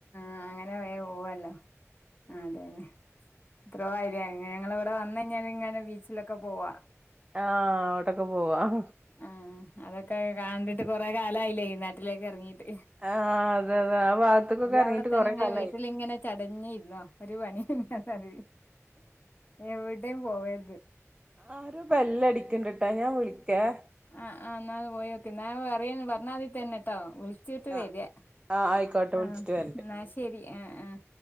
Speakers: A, on the left; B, on the right.
A: ആഹ് അങ്ങനെ വേഗം പോവാല്ലോ
B: ഉം
A: ആഹ് അത് തന്നെ ഇത്രോം ആയില്ലേ ഇനി ഞങ്ങള് ഇവിടെ വന്ന് കഴിഞ്ഞാൽ പിന്നെ ബീച്ചിലൊക്കെ പോവാം
B: ആഹ് അങ്ങോട്ടൊക്കെ പോവാം
A: ആഹ് അതൊക്കെ കണിട്ട് കൊറെ കാലമായില്ലേ ഈ നാട്ടിലേക്ക് ഇറങ്ങീട്ട്
B: ആഹ് അതെ അതെ ആ ഭാഗത്ത്ക്കൊക്കെ
A: നീ
B: എറങ്ങിട്ട്
A: അവിടെ തന്നെ
B: കൊറെ കാലായി
A: വീട്ടിലിങ്ങനെ ചടഞ്ഞിരുന്നോ ഒരു പണി <unintelligible> എവിടേയും പോവരുത്
B: ആരോ ബെല്ല് അടിക്കണ്ടിട്ടാ ഞാൻ വിളിക്കാം
A: ആഹ് ആഹ് എന്നാല് പോയി നോക്ക് ഞാൻ അറിയന്ന് പറഞ്ഞാൽമതി തന്നെട്ടോ വിളി ച്ചിട്ട്
B: ആഹ്
A: വരിക
B: ആഹ് ആയിക്കോട്ടെ
A: ആഹ്
B: വിളിച്ചിട്ട് വരണ്ട്
A: എന്നാ
B: ഉം
A: ശരി ആഹ് ആഹ്